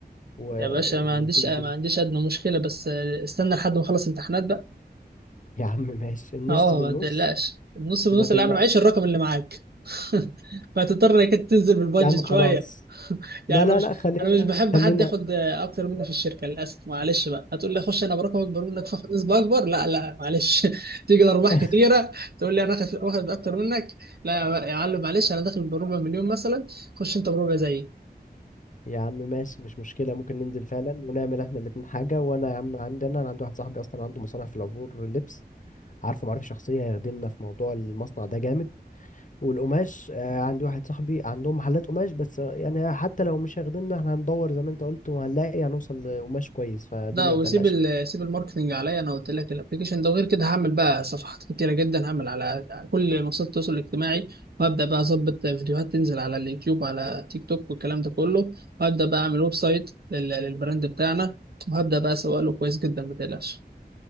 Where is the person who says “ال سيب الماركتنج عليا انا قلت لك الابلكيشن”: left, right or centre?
Right